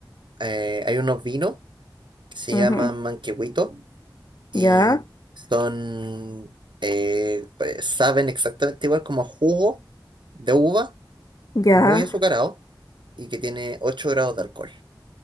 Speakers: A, on the right; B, on the left.
A: eh, hay unos vinos que se
B: Ujú,
A: llaman manquehuitos y
B: Ya,
A: son, eh, pues, saben exactamente igual como a jugo de uva,
B: ya.
A: muy azucarado y que tiene 8 grados de alcohol.